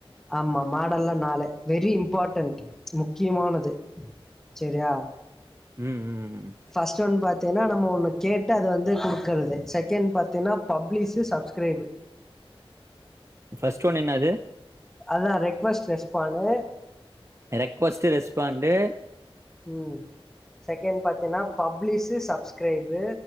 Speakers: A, in the centre; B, on the right.
A: ஆமா மாடல்ல நாலு வெரி இம்பார்ட்டன்ட் முக்கியமானது சரியா
B: உம் உம் ம் ம்
A: ஃபர்ஸ்ட் ஒன் பாத் தேன்ன நம்ம ஒன்னு கேட்டு அது வந்து கொடுக்கறது செக்கெண்ட் பாத்தீன்னா பப்ளிசு சப்ஸ்கிரைபு
B: ஃஸ்ட் ஒன் என்ன அது
A: அததுதா ரெக்வெஸ்ட் ரெஸ்பானு
B: ரெக்வஸ்ட் ரெஸ்பாண்டு
A: ம் ஸெக்கெண் பாத்தீன்னா publish sub subscribe